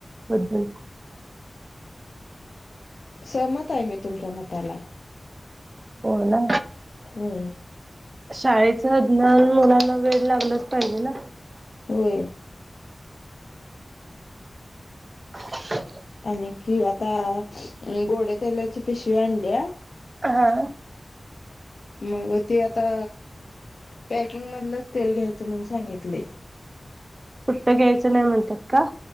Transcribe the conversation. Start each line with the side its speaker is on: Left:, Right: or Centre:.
Right: मधन
Left: सहमत आहे मी तुमचा मताला.
Right: हो ना.
Left: होय
Right: शाळेचं अज्ञान मुलाना वेड लागलच पाहिजे ना.
Left: होय.
Right: <unintelligible>
Left: आणि की आता गोडे तेलाची पिशवी आणल्या.
Right: अ हा.
Left: मग ते आता पॅकिंग मधलंच तेल घ्यायचं म्हणून सांगितले.
Right: उष्ट घ्यायचं नाही म्हणतात का.